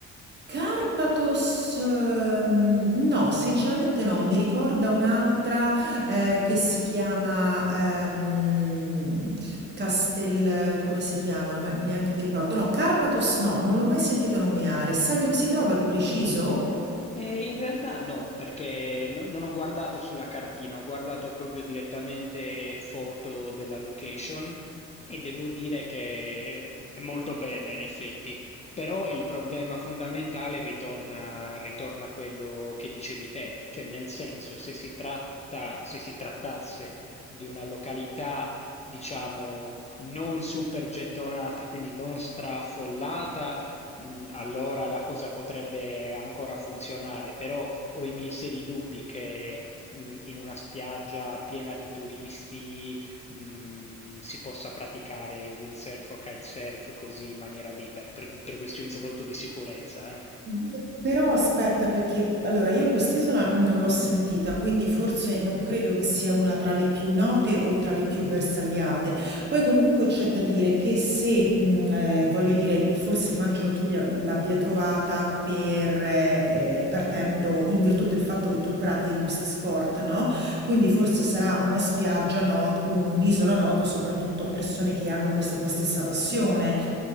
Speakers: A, on the right; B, on the left.
A: Carpathos, ehm, no, sinceramente no, mi ricorda un'altra eh, che si chiama ehm, Castel, come si chiama? Ma neanche mi ricordo. No, Carpathos no, non l'ho mai sentita nominare. Sai dove si trova di preciso?
B: Eh, in realtà no, perché no- non ho guardato sulla cartina, ho guardato proprio direttamente foto della location e devo dire che è molto bella in effetti, però il problema fondamentale ritorna, ritorna a quello che dicevi te, cioè nel senso se si tratta, se si trattasse di una località diciamo non super gettonata, quindi non straffollata, mh, allora la cosa potrebbe ancora funzionare, però ho i miei seri dubbi che mh, in una spiaggia piena di turisti mh, si possa praticare windsurf o kitesurf così in maniera libera, per, per questioni soprattutto di sicurezza, eh.
A: Beh, Però aspetta, perché allora io quest'isola non l'ho sentita, quindi forse non credo che sia una tra le più note o tra le più bersagliate. Poi comunque c'è da dire che se, mh, eh, voglio dire, forse immagino tu li- l'abbia trovata per, eh, eh, partendo in virtù del fatto che tu pratichi questi sport, no? Quindi forse sarà una spiaggia nota, un'isola nota soprattutto a persone che hanno questa tua stessa passione.